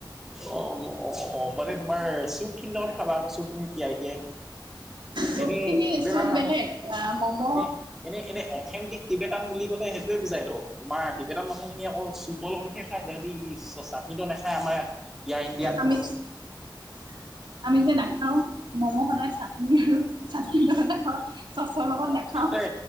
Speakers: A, in the centre; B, on the right.
A: অ-অ মানে তোমাৰ চুপ খিনি লগত খাবা আকৌ চুপ খিনি তিয়াই দিয়ে।
B: চব
A: এনে
B: খিনি
A: কিবেটাম
B: চব বেলেগ
A: মানে
B: মম'
A: এনে-এনে-এনে অথেণ্টিক টিবেটান বুলি ক'লে সেইটয়ে বুজাই তো তোমাৰ ক, কেইটান মানুহখিনি অকলৌ চুপৰ লগহে খাই তিহঁতি চাটনিতটো নেখায় আমাৰ ইয়াৰ ইণ্ডিয়ান <inaudible>
B: আমি
A: <inaudible>
B: <inaudible> আমি যে নাখাওঁ ম-ম' সদায় চাটনি আৰু চাটনিৰ লগত নাখাওঁ চচৰ লগত নাখাওঁ।
A: এ